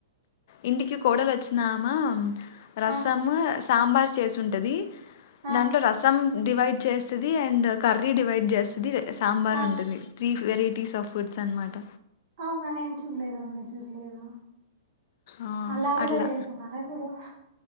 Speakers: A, on the left (about 50°); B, on the right (about 45°).
A: ఇంటికి కోడలోచ్చినామ రసం
B: ఆ
A: సాంబార్ చేసుంటది
B: ఆ
A: దాంట్లో రసం డివైడ్ చేసి అండ్ కర్రీ డివైడ్ చేస్తది సాంబార్
B: ఆ
A: ఉంటుంది త్రీ వెరైటీస్ ఆఫ్ ఫుడ్స్ అన్మాట
B: అవ్నా నేను చూడలేదు అండి చూడలేదు
A: ఆ
B: అలా గూడా
A: అట్లా
B: జేస్ తునర ఇపుడు